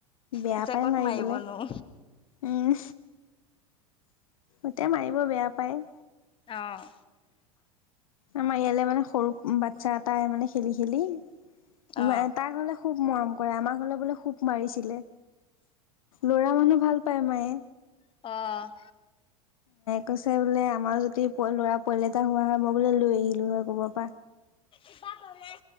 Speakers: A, on the left; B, on the left.
A: বেয়া
B: পিছে
A: পাই
B: ক'ত
A: মাৰিবলে
B: মাৰিবনো।
A: উম এতিয়া মাৰিব বেয়া পায়।
B: আহ!
A: আমাৰ ইয়ালৈ মানে সৰু বাচ্ছা এটাই মানে খেলি খেলি ইমান
B: অ
A: তাৰ ঘৰলে খুব মৰম কৰে আমাৰ ঘৰলে বোলে খুব মাৰিছিলে। লৰা মানুহ ভাল পায় মায়ে।
B: অ'
A: কৈছে বোলে আমাৰ যদি ল'ৰা পোৱালি এটা হোৱা হয় মই বোলে লৈ আহিলো হয় কবৰ পৰা।
B: িব কাৰ নাই